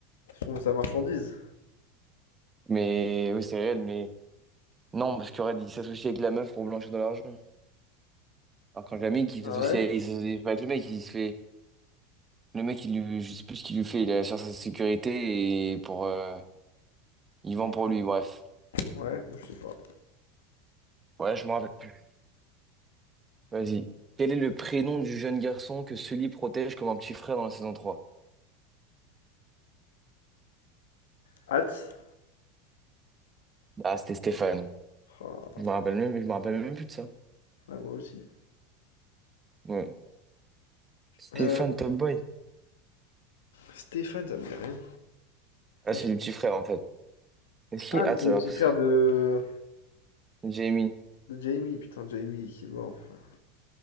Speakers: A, on the left; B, on the right.
A: son, sa marchandise.
B: Mais oui, c'est réel, mais... Non, parce qu'il aurait dit s'associer avec la meuf pour blanchir de l'argent. Alors quand le qui
A: Ah
B: s'associe
A: ouais?
B: avec, il s'associe pas avec le mec, il se fait. Le mec, il lui, je sais plus ce qu'il lui fait, il assure sa sécurité et pour. euh, il vend pour lui, bref.
A: Ouais, je sais pas.
B: Ouais, je me rappelle plus. Vas-y. Quel est le prénom du jeune garçon que Sully protège comme un petit frère dans la saison trois?
A: Hâte?
B: Ah, c'était Stéphane.
A: Ah,
B: Je me rappelle même, je me rappelle même plus de ça.
A: ah, moi aussi.
B: Ouais. Stéphane
A: Euh,
B: Top Boy.
A: Stéphane, ça me dit rien. Attends,
B: Ah, c'est
A: je-
B: le petit frère en fait. Est-ce qu'il
A: Ah,
B: est Hatz
A: mais c'est le
B: alors?
A: petit frère
B: C'est
A: de,
B: Jamie.
A: de Jamie, putain, Jamie qui est mort. Enfin.